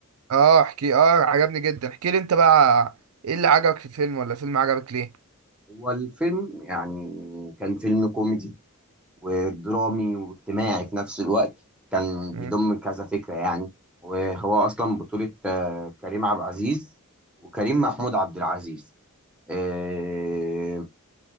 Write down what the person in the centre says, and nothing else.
هو الفيلم يعني كان فيلم كوميدي ودرامي واجتماعي في نفس الوقت كان
بيضم كذا فكرة يعني وهو اصلا بطولة آه، كريم عبد العزيز وكريم محمود عبد العزيز آه،